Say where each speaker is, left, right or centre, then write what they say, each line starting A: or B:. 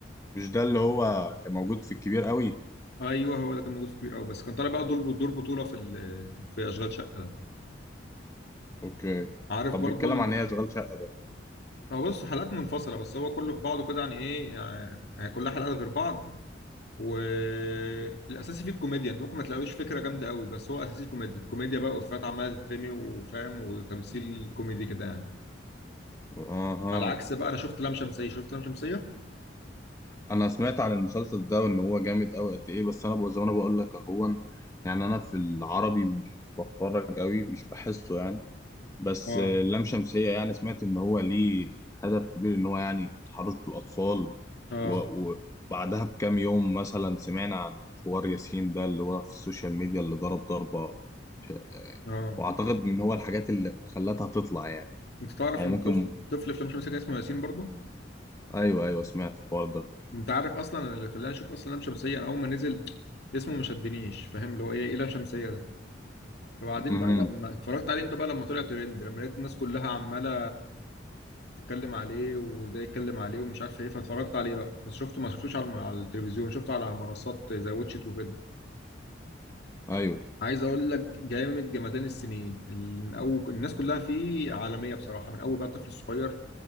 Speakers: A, on the left; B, on the left.
A: مش ده اللي هو كان موجود في الكبير قوي
B: ايوه هو اللي كان موجود في كبير قوي بس كان طالع بقى دور دور بطوله في ال- في اشغال شقه ده
A: اوكي
B: عارف
A: طب
B: برضو
A: بيتكلم
B: ال...
A: عن ايه اشغال شقه ده
B: هو بص حلقات منفصله بس هو كله في بعضه كده يعني ايه يعني كلها حلقات غير بعض والاساسي فيه الكوميديا انت ممكن ما تلاقيش فكره جامده قوي بس هو اساسي كوميدي كوميديا بقى وافيهات عماله تترمي وفاهم وتمثيل كوميدي كده يعني
A: اها
B: على عكس بقى انا شفت لام شمسيه شفت لام شمسيه
A: انا سمعت عن المسلسل ده وان هو جامد قوي قد ايه بس انا بقول زي ما انا بقول لك اهون يعني انا في العربي مش بتفرج قوي مش بحسه يعني بس
B: اه
A: آه، لام شمسية يعني سمعت ان هو ليه هدف كبير ان هو يعني التحرش بالاطفال
B: اه
A: و- وبعدها بكام يوم مثلا سمعنا عن حوار ياسين ده اللي هو في السوشيال ميديا اللي ضرب ضربة ش- آه،
B: اه
A: واعتقد ان هو الحاجات اللي خلتها تطلع يعني
B: انت تعرف
A: يعني
B: ان
A: ممكن
B: الطفل الطفل في لام شمسيه كان اسمه ياسين برضو
A: ايوه ايوه سمعت الحوار ده
B: انت عارف اصلا أنا اللي خلاني اشوف اصلا لام شمسيه انا اول ما نزل اسمه ما شدنيش فاهم اللي هو ايه ايه لام شمسيه ده فبعدين
A: امم
B: بقى لما اتفرجت عليه انت بقى لما طلع ترند لما لقيت الناس كلها عماله تتكلم عليه وده يتكلم عليه ومش عارف ايه فاتفرجت عليه بقى بس شفته ما شفتوش على على التلفزيون شفته على منصات زي واتشت وكده
A: ايوه
B: عايز اقول لك جامد جمدان السنين ال- من اول الناس كلها فيه عالميه بصراحه من اول بقى الطفل الصغير